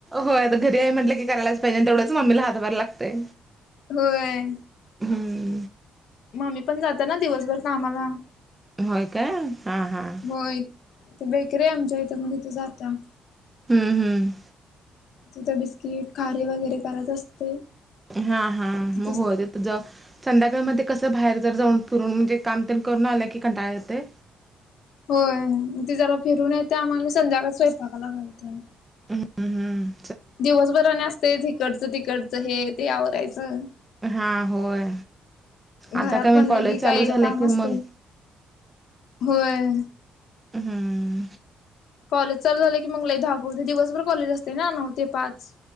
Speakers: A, on the right; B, on the left.
A: होय आता घरी आहे म्हटलं की करायलाच पाहिजे आणि तेवढंच मम्मीला हातभार लागतय.
B: होय.
A: हम्म.
B: मम्मी पण जाता ना दिवसभर कामाला
A: होय काय हा हां
B: होय ते बेकरी आहे आमच्या इथं म तिथं जाता.
A: हम्म हम्म
B: तिथ बिस्किट खारी वगैरे करत असते.
A: हा हा
B: तिथच
A: मग होत्यात त ज संध्याकाळी मं ते कसं बाहेर जर जाऊन फिरून म्हणजे काम तेन करून आलं की कंटाळा येतय.
B: होय म ती जरा फिरून येत आम्हला मी संध्याकाळी स्वयंपाकाला घालते.
A: हम्म हम
B: दिवसभर आणि असतय हीकडचं तिकडचं हे ते आवरायचं.
A: हा होय
B: घरात
A: आता काय
B: म्हणलं
A: मग कॉलेज
B: की
A: चालू
B: काय एक
A: झालंय
B: काम
A: की
B: असतय.
A: मग
B: होय.
A: हम्म
B: कॉलेज चालू झालं की मंग लाय धावपळ होते दिवसभर कॉलेज असतय ना नऊ ते पाच.